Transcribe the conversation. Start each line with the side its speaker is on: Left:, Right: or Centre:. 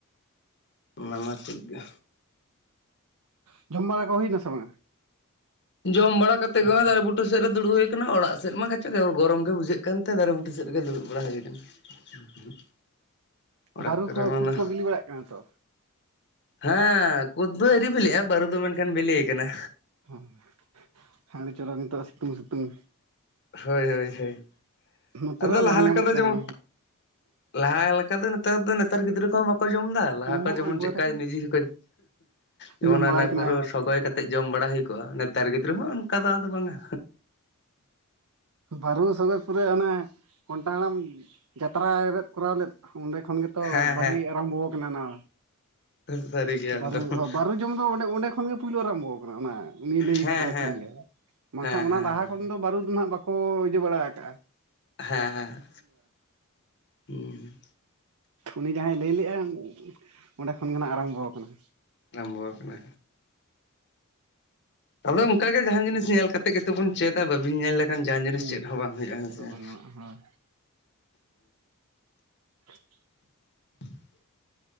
Left: ᱚᱱᱟᱢᱟ ᱴᱷᱤᱠ ᱜᱮ᱾
Right: ᱦᱸ ᱡᱚᱢ ᱵᱟᱲᱟ ᱠᱚ ᱦᱩᱭ ᱱᱟ ᱥᱮ ᱵᱟᱝᱼᱟ?
Left: ᱡᱚᱢ ᱵᱟᱲᱟ ᱠᱟᱛᱮ ᱜᱮ ᱫᱟᱨᱮ ᱵᱩᱴᱟᱹ ᱥᱮᱫ ᱨᱮ ᱫᱩᱲᱩᱵ ᱦᱩᱭ ᱟᱠᱟᱱᱟ ᱚᱲᱟᱜ ᱥᱮᱫ ᱢᱟ ᱠᱟᱪ ᱜᱚᱨᱚᱢ ᱜᱮ ᱵᱩᱡᱷᱟᱹᱜ ᱠᱚᱱᱛᱮ ᱫᱟᱨᱮ ᱵᱩᱴᱟᱹ ᱥᱮᱫᱨᱮᱜᱮ ᱫᱩᱲᱩᱵ ᱵᱟᱲᱟ ᱦᱩᱭ ᱟᱠᱟᱱᱟ᱾ <inaudible> ᱚᱲᱟᱜ
Right: ᱵᱟᱹᱨᱩ
Left: ᱠᱚᱨᱮ
Right: ᱠᱚ
Left: ᱢᱟᱱᱟ
Right: ᱠᱩᱫ ᱠᱚ ᱵᱤᱞᱤ ᱵᱟᱲᱟᱜ ᱠᱟᱱᱟ ᱛᱚ
Left: ᱦᱮᱸ ᱠᱩᱫ ᱫᱚ ᱟᱨᱤ ᱵᱤᱞᱤᱜᱼᱟ ᱵᱟᱹᱨᱩ ᱫᱚ ᱢᱮᱱᱠᱷᱟᱱ ᱵᱤᱞᱤ ᱠᱟᱱᱟ᱾
Right: ᱦᱟᱸ ᱦᱟᱺᱰᱤ ᱪᱚᱨᱚᱠ ᱱᱤᱛᱚᱜ ᱥᱤᱛᱩᱝ ᱥᱤᱛᱩᱝ
Left: ᱦᱳᱭ ᱦᱳᱭ ᱦᱳᱭ
Right: ᱱᱚᱛᱮ
Left: ᱟᱫᱚ
Right: ᱨᱮ
Left: ᱞᱟᱦᱟ
Right: ᱵᱟᱝ
Left: ᱞᱮᱠᱟ
Right: ᱧᱟᱢᱚᱜ
Left: ᱫᱚ
Right: ᱠᱟᱱᱟ
Left: ᱡᱮᱢᱚᱱ ᱞᱟᱦᱟ ᱞᱮᱠᱟ ᱫᱚ ᱱᱮᱛᱟᱨ ᱫᱚ ᱱᱮᱛᱟᱨ ᱜᱤᱫᱽᱨᱟᱹ ᱠᱚᱦᱚᱸ ᱵᱟᱠᱚ ᱠᱚ ᱡᱚᱢ ᱫᱟ ᱞᱟᱦᱟ
Right: ᱚᱦᱚᱸᱜ
Left: ᱠᱚ ᱡᱮᱢᱚᱱ
Right: ᱮᱠᱵᱟᱨᱮ
Left: ᱪᱮᱫᱠᱟᱭ ᱱᱤᱡᱮᱠᱚ ᱡᱮᱢᱚᱱ
Right: ᱡᱚᱢ ᱵᱟᱲᱟᱭ
Left: ᱚᱱᱮ
Right: ᱠᱟᱱᱟ
Left: ᱯᱩᱨᱟᱹ ᱥᱚᱜᱚᱭ ᱠᱟᱛᱮ ᱡᱚᱢ ᱵᱟᱲᱟ ᱵᱟᱟᱲᱟᱭ ᱦᱩᱭ ᱠᱚᱜᱼᱟ ᱱᱮᱛᱟᱨ ᱜᱤᱫᱽᱨᱟᱹ ᱢᱟ ᱚᱱᱠᱟᱫᱚ ᱟᱫᱚ ᱵᱟᱝᱟ
Right: ᱵᱟᱹᱨᱩ ᱥᱚᱜᱚᱭ ᱯᱩᱨᱟᱹ ᱚᱱᱮ ᱠᱚᱱᱴᱟ ᱦᱟᱲᱟᱢ ᱡᱟᱛᱨᱟᱭᱮᱮᱫ ᱠᱚᱨᱟᱣ ᱞᱮᱫ ᱚᱸᱰᱮ ᱠᱷᱚᱱ ᱜᱮᱛᱚ
Left: ᱦᱮᱸ
Right: ᱵᱷᱟᱹᱜᱤ ᱟᱨᱟᱢᱵᱷᱚ ᱠᱟᱱᱟ ᱚᱱᱟ
Left: ᱦᱮᱸ ᱥᱟᱹᱨᱤ ᱜᱮ ᱮᱠᱫᱚᱢ
Right: ᱵᱟᱨᱩ ᱦᱚᱸ ᱵᱟᱨᱩ ᱡᱚᱢ ᱫᱚ ᱚᱸᱰᱮ ᱚᱸᱰᱮ ᱠᱷᱚᱱᱜᱮ ᱯᱩᱭᱞᱳ ᱟᱨᱟᱢᱵᱚ ᱟᱠᱟᱱᱟ ᱚᱱᱟ ᱩᱱᱤ ᱞᱟᱹᱭ
Left: ᱦᱮᱸ
Right: ᱯᱚᱨᱮ
Left: ᱦᱮᱸ
Right: ᱠᱷᱚᱱ ᱜᱮ ᱵᱟᱝᱠᱷᱟᱱ
Left: ᱦᱮᱸ
Right: ᱚᱱᱟ
Left: ᱦᱮᱸ
Right: ᱞᱟᱦᱟ ᱠᱷᱚᱱ ᱫᱚ ᱵᱟᱨᱩ ᱦᱟᱸᱜ ᱵᱟᱠᱚ ᱤᱭᱟᱹ ᱵᱟᱲᱟ ᱟᱠᱟᱜ-ᱟ
Left: ᱦᱮᱸ ᱦᱮᱸ ᱦᱮᱸ
Right: ᱩᱱᱤ ᱡᱟᱦᱟᱸᱭ ᱞᱟᱹᱭ ᱞᱮᱫ-ᱟ ᱚᱸᱰᱮ ᱠᱷᱚᱱ ᱜᱮᱦᱟᱸ ᱟᱨᱟᱢᱵᱚ ᱟᱠᱟᱱᱟ᱾
Left: ᱟᱨᱚᱢᱵᱚ ᱟᱠᱟᱱᱟ ᱟᱫᱚ ᱚᱱᱠᱟ ᱜᱮ ᱡᱟᱦᱟᱸᱱ ᱡᱤᱱᱤᱥ ᱧᱮᱞ ᱠᱟᱛᱮᱜ ᱜᱮᱛᱚ ᱵᱚᱱ ᱪᱮᱫᱟ ᱵᱟᱹᱵᱤᱱ ᱧᱮᱞ ᱞᱮᱠᱷᱟ ᱮᱠᱷᱟᱱ ᱡᱟᱦᱟᱱ ᱡᱤᱱᱤᱥ
Right: ᱦᱩᱸ
Left: ᱪᱮᱫ ᱦᱚᱸ ᱵᱟᱝ ᱦᱩᱭᱩᱜ-ᱟ ᱦᱮᱸ
Right: ᱪᱮᱫ
Left: ᱥᱮ
Right: ᱦᱚᱸ
Left: ᱦᱮᱸ
Right: ᱵᱟᱝ ᱜᱟᱱᱚᱜᱼᱟ ᱦᱳᱭ <inaudible>
Left: <inaudible>